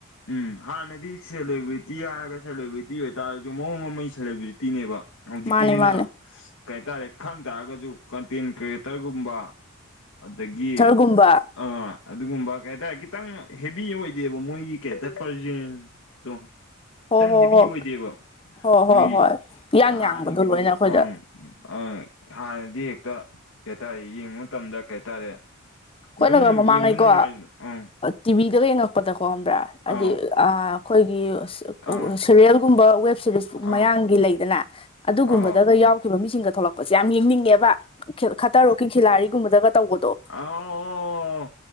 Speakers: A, on the left (about 70°); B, on the left (about 25°).
A: ꯎꯝ ꯍꯥꯟꯅꯗꯤ ꯁꯦꯂꯦꯕ꯭ꯔꯤꯇꯤ ꯍꯥꯏꯔꯒ ꯁꯦꯂꯦꯕ꯭ꯔꯤꯇꯤ ꯑꯣꯏꯇꯥꯔꯁꯨ ꯃꯑꯣꯡ ꯑꯃꯒꯤ ꯁꯦꯂꯦꯕ꯭ꯔꯤꯇꯤꯅꯦꯕ ꯍꯧꯖꯤꯛꯀꯤꯁꯤꯅ
B: ꯃꯥꯅꯦ ꯃꯥꯅꯦ
A: ꯀꯩ ꯍꯥꯏꯇꯥꯔꯦ ꯈꯪ ꯇꯥꯔꯒꯁꯨ ꯀꯟꯇꯦꯟ ꯀ꯭ꯔꯤꯌꯦꯇꯔꯒꯨꯝꯕ ꯑꯗꯒꯤ
B: ꯀꯒꯨꯝꯕ
A: ꯑꯥ ꯑꯗꯨꯒꯨꯝꯕ ꯀꯩ ꯍꯥꯏꯇꯥꯔꯦ ꯈꯤꯇꯪ ꯍꯦꯕꯤ ꯑꯣꯏꯗꯦꯕ ꯃꯣꯏꯒꯤ ꯀꯩ ꯍꯥꯏꯇꯥꯔꯦ ꯇꯣ ꯈꯤꯇꯪ
B: ꯍꯣ ꯍꯣ
A: ꯍꯦꯕꯤ
B: ꯍꯣ
A: ꯑꯣꯏꯗꯦꯕ
B: ꯍꯣꯏ ꯍꯣꯏ
A: ꯃꯣꯏꯒꯤ
B: ꯍꯣꯏ ꯏꯌꯥꯡ
A: ꯍꯥꯟꯅꯒꯤꯗꯨꯗꯤ
B: ꯌꯥꯡꯕꯗꯣ ꯂꯣꯏꯅ ꯑꯩꯈꯣꯏꯗ
A: ꯑꯪ ꯑ ꯍꯥꯟꯅꯗꯤ ꯍꯦꯛꯇ ꯀꯩ ꯍꯥꯏꯇꯥꯔꯦ ꯌꯦꯡꯕ ꯃꯇꯝꯗ ꯀꯩ ꯍꯥꯏꯇꯥꯔꯦ
B: ꯀꯣꯣꯏꯅꯒ
A: ꯑꯗꯨꯝ
B: ꯃꯃꯥꯡꯉꯩꯀꯣ
A: ꯌꯦꯡꯕ ꯅꯨꯡꯉꯥꯏ ꯑꯪ
B: ꯇꯤꯚꯤꯗꯒ ꯌꯦꯡꯉꯛꯄꯗꯀꯣ ꯍꯕ꯭ꯔꯥ ꯍꯥꯏꯗꯤ
A: ꯑꯥꯎ
B: ꯑꯩꯈꯣꯏꯒꯤ
A: ꯑꯪ
B: ꯁꯦꯔꯤꯌꯦꯜꯒꯨꯝꯕ ꯋꯦꯕ ꯁꯦꯔꯤꯁ ꯃꯌꯥꯒꯤ
A: ꯑꯪ
B: ꯂꯩꯗꯅ ꯑꯗꯨꯒꯨꯝꯕꯗꯒ
A: ꯑꯥ
B: ꯌꯥꯎ ꯊꯣꯛꯈꯤꯕ ꯃꯤꯁꯤꯡꯒ ꯊꯣꯛꯂꯛꯄꯁꯦ ꯌꯥꯝ ꯌꯦꯡꯅꯤꯡꯉꯦꯕ ꯈꯠꯇꯔꯣꯀꯤ ꯈꯦꯂꯥꯔꯤꯒꯨꯝꯕꯗꯒ ꯇꯧꯕꯗꯣ
A: ꯑ ꯑꯣ